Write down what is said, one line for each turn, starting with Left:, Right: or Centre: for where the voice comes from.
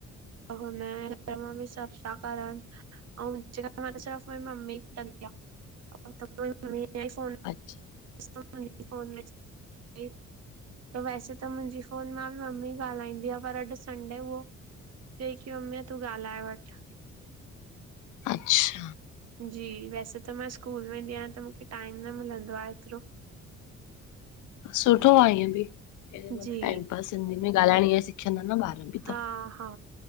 Right: हुन नम बि सफ़ा करणु। ऐंऊ मां त सिर् मुंहिंजी ममी कंदीीोन <unintelligible>
Left: अछा
Right: फोन में <inaudible> त वैसे त मुंहिंजी फोन मां मम्मी ॻाल्हाईंदी आ पर अॼु संडे हो जे की मम्मी तूं ॻाल्हाए वठ
Left: अच्छा।
Right: जी वैसे त मां स्कूल वेंदी आहियां त मूंखे टाइम न मिलंदो आहे एतिरो हा
Left: सुठो आहे ईअं बि
Right: जी
Left: टाइम पास सिंधी में ॻाल्हाइण ईअ सिखियंदा न ॿार बि त
Right: हा हा